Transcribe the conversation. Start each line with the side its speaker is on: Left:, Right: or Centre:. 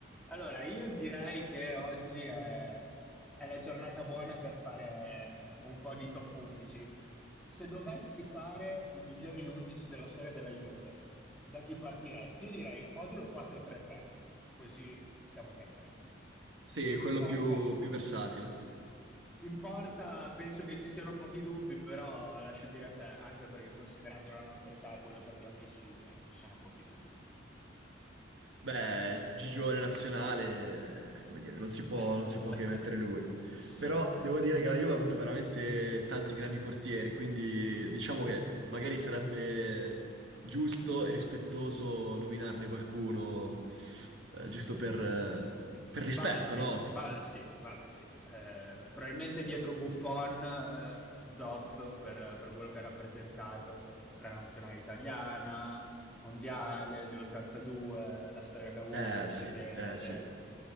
Centre: Allora, io direi che oggi è, è la giornata buona per fare un po' di top 11. Se dovessi fare i migliori 11 della storia della Juve, da chi partiresti? Io direi modulo 4-3-3, così siamo tranquilli.
Right: Sì, è quello
Centre: In porta?
Right: più, più versatile.
Centre: In porta penso che ci siano pochi dubbi, però lascio dire a te, anche perché considerando la nostra età e quello che abbiamo vissuto, ci sono pochi dubbi.
Right: Beh, Gigione nazionale, eh, come dire, non si
Centre: <laughs>
Right: può, non si può che mettere lui. Però devo dire che la Juve ha avuto veramente tanti grandi portieri, quindi diciamo che magari sarebbe giusto e rispettoso nominarne qualcuno, eh, giusto per, eh, per rispetto,
Centre: Vabbè sì,
Right: no? Ti-
Centre: vabbè sì, vabbè sì. Eh, probabilmente dietro Buffon, eh, Zoff per, per quello che ha rappresentato per la nazionale italiana, mondiale dell'82, la storia che ha avuto,
Right: Eh
Centre: le
Right: sì,
Centre: presenze.
Right: eh sì.